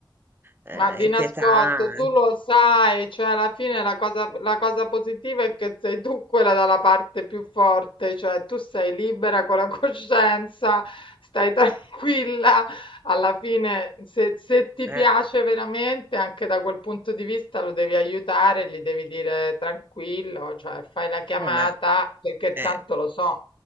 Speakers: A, on the right (about 25°); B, on the left (about 80°).
A: eh,
B: Ma di
A: inquietanti.
B: nascosto, tu lo sai, cioè alla fine la cosa, la cosa positiva è che sei tu quella dalla parte più forte, cioè tu sei libera con la <laughs> coscienza, stai tranquilla, alla fine se, se ti
A: Eh,
B: piace veramente, anche da quel punto di vista lo devi aiutare, gli devi dire tranquillo, cioè fai la chiamata
A: vabbè,
B: perché
A: eh.
B: tanto lo so,